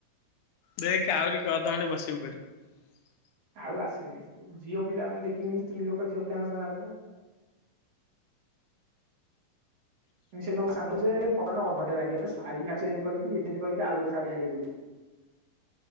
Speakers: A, on the left; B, on the right.
A: ଦେଖେ ଆହୁରି ଅଧଘଣ୍ଟେ ବସିବୁ କରିବୁ।
B: ଆଉ ଆସିବିନି, ଝିଅପିଲା ମୁଁ ଦେଖିଲିନି ସ୍ତ୍ରୀ ଲୋକ ଝିଅପିଲାଙ୍କ ସା <unintelligible> ଅଧଘଣ୍ଟା ଲାଗିଗଲା ଶାଢୀ ଚେଞ୍ଜ କରିକି ଚେଞ୍ଜ କରିକି ଆଉ ଗୋଟେ ଶାଢୀ ଆଣିବେ ବୋଲି।